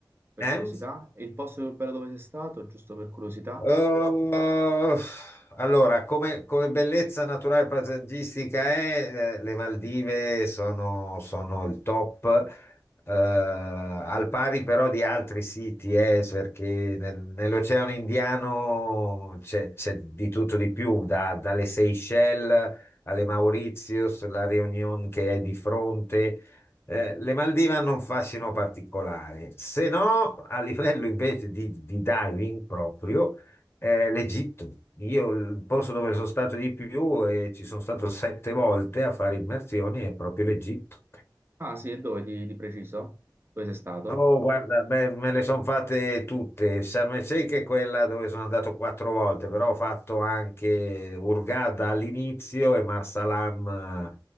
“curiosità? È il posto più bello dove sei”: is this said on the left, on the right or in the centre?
Right